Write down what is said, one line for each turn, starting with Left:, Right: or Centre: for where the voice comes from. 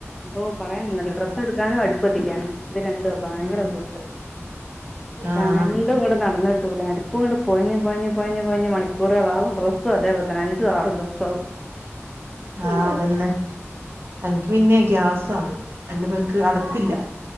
Centre: അതോ പറയാനന്നല്ലോ ഡ്രസ്സ് എടുക്കാനും അടുപ്പത്തിക്കാനും ഇത് രണ്ടു ഭയങ്കര
Right: ഉം
Centre: ബുദ്ധിമുട്ട്. രണ്ടും
Right: ആഹ്
Centre: ഇങ്ങടെ നടന്നിട്ടൂല അട് പ്പുങ്ങണ്ട് പൊയഞ്ഞ് പൊയഞ്ഞ് പോയിഞ് പോയിഞ് മണിക്കൂറുകളാവും ഡ്രസ്സും അതേപോൽ തന്നെ അഞ്ച് ആറും ദവസാവും.
Right: ആഹ് അതന്നെ. എനിക്ക് പിന്നെ ഗ്യാസാ എന്റെ പൊരക്ക് അടുപ്പില്ല.